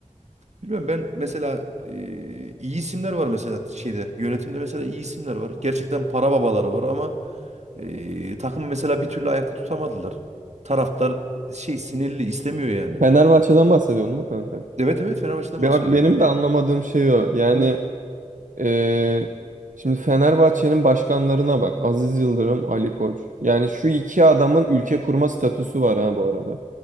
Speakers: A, on the right (about 60°); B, on the right (about 75°).
A: Bilmiyorum ben mesela e, iyi isimler var mesela şeyde yönetimde mesela iyi isimler var. Gerçekten para babaları var ama e, takımı mesela bir türlü ayakta tutamadılar. Taraftar şey sinirli istemiyor yani.
B: Fenerbahçe'den bahsediyorsun değil mi kanka?
A: Evet evet Fenerbahçe'den
B: Be-
A: bahsediyorum.
B: Bak benim de anlamadığım şey o. Yani Ee, şimdi Fenerbahçe'nin başkanlarına bak. Aziz Yıldırım, Ali Koç. Yani şu iki adamın ülke kurma statüsü var ha bu arada.